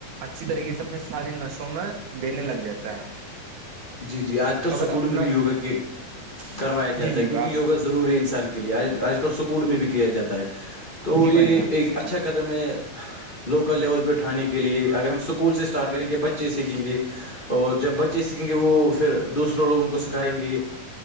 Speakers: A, on the right; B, on the left.
A: اچھی طریقے سے اپنے سارے نش میں بینے لگ جاتا ہے
B: جی جی آج کل
A: تو
B: اسکولوں
A: اگر اپنا
B: میں بھی یوگا کے کروایا جاتا
A: جی جی
B: ہے کیونکہ
A: آپ
B: یوگا ضروری انسان کے لیے آج آج کل اسکول میں بھی کیا جاتا ہے تو
A: جی
B: یہ
A: بھائی جناب
B: ایک اچھا قدم ہے لوکل لیول پہ اٹھانے کے لیے اگر ہم اسکول سے اسٹارٹ کریں گے بچے سیکھیں گے اور جب بچے سے کھیں گے وہ پھر دوسرے لوگوں کو سکھائیں گے